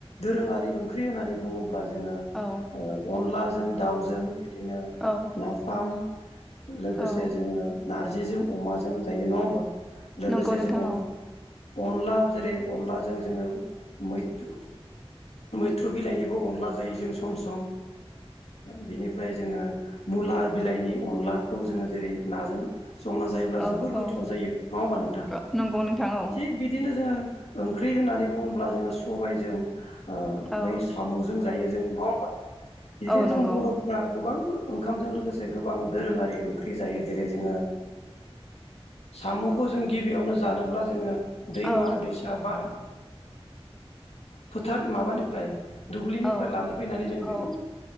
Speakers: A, on the left; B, in the centre.
A: दोरोंङारि ओंख्रि होननानै बुंङो अब्ला जोंङो
B: औ
A: अनलाजों दाउजों बिदिनो
B: औ
A: नाफाम लोगोसे
B: औ
A: जोङो नारजिजों अमाजों जायो नंङा होनबा लोगोसे
B: नंगौ नोंथां
A: जों
B: औ
A: अनला जेरै अनलाजों जोंङो मैथ्रु मैथ्रु बिलाइनिबो अनला जायो जों सम सम। बिनिफ्राय जोंङो मुला बिलाइनि अनलाखौ जोंङो जेरै नाजों संना जायोब्ला
B: औ
A: जोबोर गोथाव
B: औ
A: जायो नङा होमबा नोंथां?
B: औ नंगौ नोंथां औ
A: थिग बिदिनो जोंङो ओंख्रि होननानै बुंङोब जोंङो सबायजों
B: औ
A: बै साम'जों जायो जों नंङा होमबा बिदिनो
B: औ
A: जों
B: नंगौ
A: बर'फ्रा गोबां ओंखामजों लोगोसे गोबां दोरोङारि ओंख्रि जायो। जेरै जोंङो साम'खौ जों गिबियावनो जानोब्ला जोंङो दैमा
B: औ
A: दैसा बा हा फोथार माबानिफ्राय दुब्लिनिफ्राय
B: औ
A: लाना फैनानै जों
B: औ
A: बेखौ